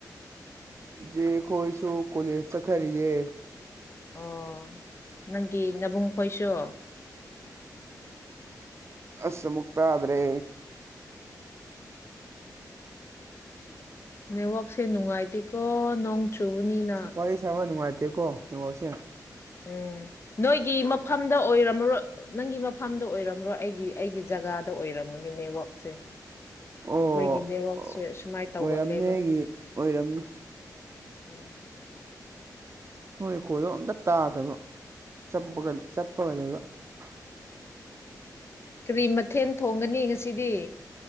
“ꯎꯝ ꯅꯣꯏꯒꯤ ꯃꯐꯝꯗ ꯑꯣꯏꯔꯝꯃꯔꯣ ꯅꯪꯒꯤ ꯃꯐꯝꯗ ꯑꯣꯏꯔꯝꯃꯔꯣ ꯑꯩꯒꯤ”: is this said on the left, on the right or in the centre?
Left